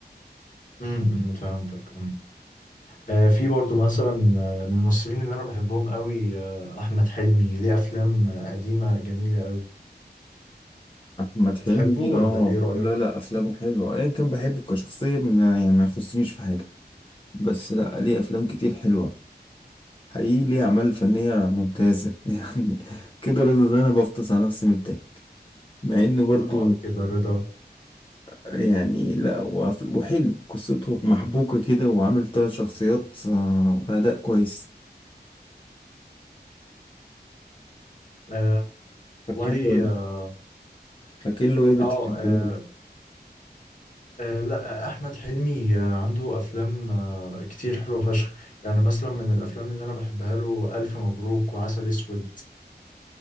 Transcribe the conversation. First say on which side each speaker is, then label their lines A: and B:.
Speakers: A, on the left; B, on the left.
A: أمم، أمم، فهمتك آه، في برضو مثلا آه، من الممثلين اللي انا بحبهم قوي آه، احمد حلمي ليه افلام آه، قديمه جميله قوي
B: أحمد حلمي
A: بتحبه ولا
B: اه
A: ايه رايك
B: لا لا أفلامه حلوة أيا كان بحبه كشخصية ما- يعني ما يخصنيش في حاجة بس لا ليه أفلام كتير حلوة حقيقي ليه أعمال فنية ممتازة <laughs> يعني كده رضا ده أنا بفطس على نفسي من الضحك مع إنه برضو
A: اه كده رضا
B: يعني لا وقف- وحلو قصته محبوكة كده وعامل تلات شخصيات آه، بأداء كويس
A: آه
B: فاكر
A: والله
B: له ايه
A: اه
B: فاكر له ايه بتحبه
A: آه، آه، آه، لا آه، احمد حلمي آه، عنده افلام آه، كتير حلوه فشخ يعني مثلا من الافلام اللي انا بحبها له الف مبروك وعسل اسود